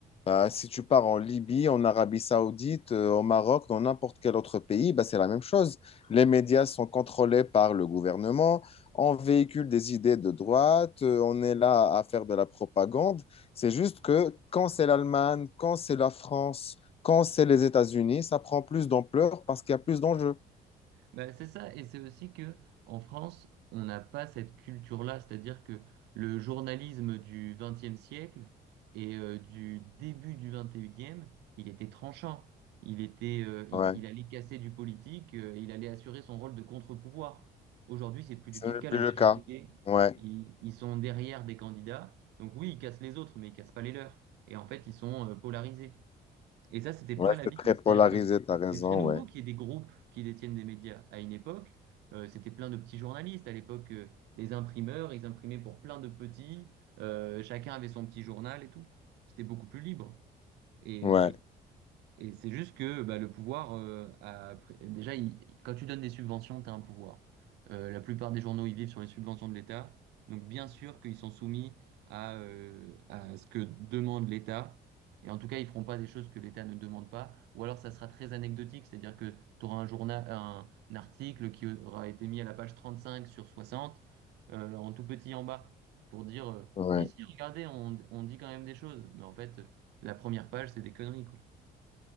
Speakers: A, on the left; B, on the right.
A: bah, si tu pars en Libye, en Arabie Saoudite, euh, au Maroc, dans n'importe quel autre pays, bah, c'est la même chose. Les médias sont contrôlés par le gouvernement, on véhicule des idées de droite, euh, on est là à faire de la propagande. C'est juste que quand c'est l'Allemagne, quand c'est la France, quand c'est les États-Unis, ça prend plus d'ampleur parce qu'il y a plus d'enjeux.
B: Bah, c'est ça, et c'est aussi que en France, on n'a pas cette culture-là, c'est-à-dire que le journalisme du XXe siècle et euh, du début du XXIe, il était tranchant, il était, euh, il,
A: Ouais.
B: il allait casser du politique, euh, il allait assurer son rôle de contre-pouvoir. Aujourd'hui, c'est plus du
A: Ce
B: tout
A: n'est
B: le cas.
A: plus
B: La
A: le
B: majorité,
A: cas. Ouais,
B: ils, ils sont derrière des candidats, donc oui, ils cassent les autres, mais ils cassent pas les leurs. Et en fait, ils sont euh, polarisés. Et ça, c'était pas
A: ouais,
B: l'habitude.
A: c'est très
B: C'est-à-dire
A: polarisé,
B: que
A: t'as raison,
B: c'est très nouveau
A: ouais.
B: qu'il y ait des groupes qui détiennent des médias. À une époque, euh, c'était plein de petits journalistes. À l'époque, euh, des imprimeurs, ils imprimaient pour plein de petits. Euh, chacun avait son petit journal et tout. C'était beaucoup plus libre. Et,
A: Ouais,
B: euh, et c'est juste que bah, le pouvoir, euh, a pr- déjà, il- quand tu donnes des subventions, tu as un pouvoir. Euh, la plupart des journaux, ils vivent sur les subventions de l'État. Donc, bien sûr qu'ils sont soumis à, euh, à ce que demande l'État. Et en tout cas, ils feront pas des choses que l'État ne demande pas. Ou alors, ça sera très anecdotique, c'est-à-dire que tu auras un journal, un, un article qui aura été mis à la page 35 sur 60, euh, en tout petit en bas, pour dire, euh,
A: ouais.
B: si, si, regardez, on, on dit quand même des choses. Mais en fait, la première page, c'est des conneries, quoi.